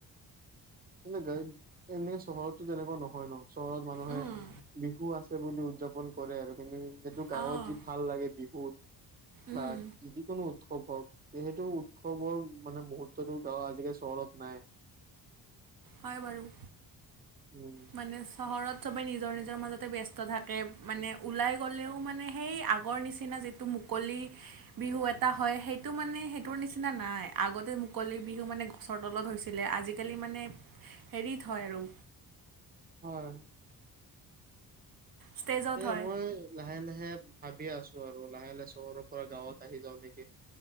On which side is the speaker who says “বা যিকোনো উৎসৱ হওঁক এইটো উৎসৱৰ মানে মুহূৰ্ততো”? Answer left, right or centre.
Right